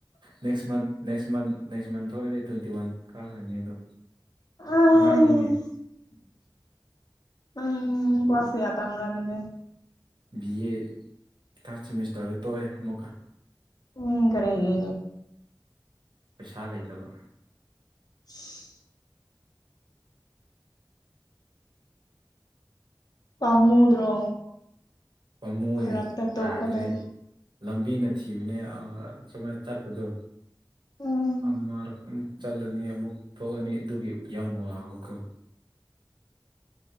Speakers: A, on the right; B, on the left.
A: next month next month next month ꯊꯣꯛꯑꯗꯤ ꯇ꯭ꯋꯦꯟꯇꯤ ꯋꯥꯟ ꯀꯥꯈ꯭ꯔꯅꯤ ꯑꯗꯣ꯫
B: ꯑꯥꯏ
A: ꯑꯉꯥꯡꯅꯤꯅꯦ꯫
B: <inaudible> ꯅꯪ ꯀ꯭ꯂꯥꯁ ꯀꯌꯥ ꯇꯝꯕ꯭ꯔꯥ ꯑꯗꯨꯗꯤ꯫
A: ꯕꯤ ꯑꯦ ꯊꯥꯔꯠ ꯁꯦꯃꯤꯁꯇꯔꯗ ꯇꯣꯛꯑꯦ ꯑꯃꯨꯛꯀ꯫
B: ꯎꯝ ꯀꯔꯤꯒꯤ꯫
A: ꯄꯩꯁꯥ ꯂꯩꯇꯕ꯫
B: <unintelligible> ꯄꯥꯝꯃꯨꯗ꯭ꯔꯣ꯫
A: ꯄꯥꯝꯃꯨꯑꯦ
B: ꯐꯔꯛꯇ ꯇꯣꯛꯄꯗꯣ
A: ꯌꯥꯗ꯭ꯔꯦ꯫ ꯂꯝꯕꯤꯅ ꯊꯤꯕꯅꯦ ꯑ ꯁꯨꯃꯥꯏ ꯆꯠꯄꯗꯣ꯫
B: ꯎꯝ
A: ꯑꯃꯔꯛ ꯑꯃꯨꯛ ꯆꯠꯂꯅꯤ ꯑꯃꯨꯛ ꯊꯣꯛꯑꯅꯤ ꯑꯗꯨꯒꯤ ꯌꯥꯝ ꯋꯥꯕꯀꯣ꯫